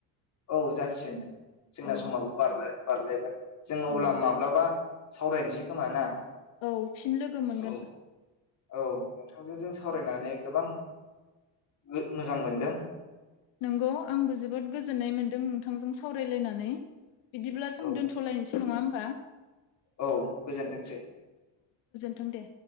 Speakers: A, on the left; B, on the left.
A: औ जासिनदां जोंना
B: औ
A: समाबो बारनाय बारलायबाय जों अब्ला
B: औ
A: माब्लाबा सावरायनोसै खोमा ना?
B: औ फिन लोगो मोनगोन
A: औ औ नोंथांजों जों सावरायनानै गोबां मो-मोजां मोनदों।
B: नंगौ आंबो जोबोद गोजोननाय मोन्दों नोंथांजों सावरायलायनानै। बिदिब्ला जों
A: औ
B: दोन्थ'लायनोसै नङा होन बा
A: औ गोजोनथोंसै।
B: थों दे।